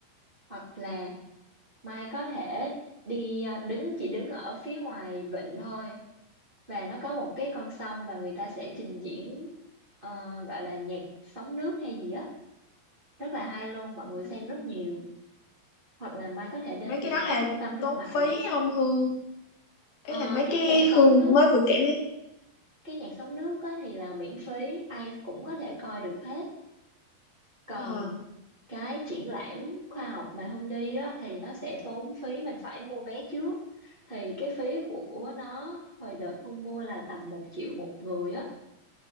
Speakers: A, on the right; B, on the left.
A: hoặc là Mai có thể đi ờ, đứng chỉ đứng ở phía ngoài vịnh thôi và nó có một cái con sông và người ta sẽ trình diễn ờ, gọi là nhạc sóng nước hay gì á rất là hay luôn mọi
B: Ừ.
A: người xem rất nhiều hoặc là Mai có thể đến
B: Mấy
A: những
B: cái đó
A: cái
B: là
A: trung tâm thương
B: tốn
A: mại
B: phí không Hương? ấy
A: Ờ,
B: là mấy
A: cái
B: cái
A: nhạc sóng
B: Hương
A: nước
B: mới vừa kể đấy
A: cái nhạc sóng nước á, thì là miễn phí ai cũng có thể coi được hết còn
B: ờ
A: cái triển lãm khoa học mà Hương đi á thì nó sẽ tốn phí mình phải mua vé trước thì cái phí của nó hồi đợt Hương mua là tầm một triệu một người á